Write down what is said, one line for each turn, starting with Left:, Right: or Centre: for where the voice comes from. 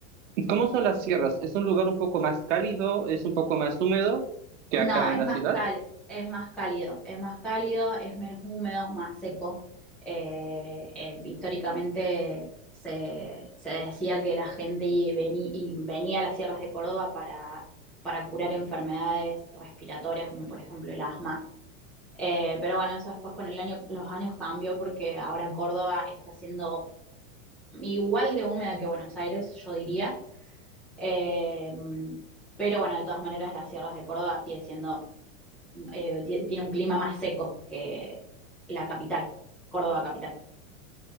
Right: y cómo son las sierras? ¿Es un lugar un poco más cálido? ¿Es un poco más húmedo que
Centre: No,
Right: acá
Centre: es
Right: en la
Centre: más
Right: ciudad?
Centre: cal, es más cálido, es más cálido, es menos húmedo, más seco. Eh, eh, históricamente se, se decía que la gente y veni- y venía a las sierras de Córdoba para, para curar enfermedades respiratorias, como por ejemplo el asma. Eh, pero bueno, eso después con el año, los años cambió porque ahora Córdoba está siendo igual de húmeda que Buenos Aires, yo diría. Eh, pero bueno, de todas maneras, las sierras de Córdoba sigue siendo eh, ti- tiene un clima más seco que la capital, Córdoba capital.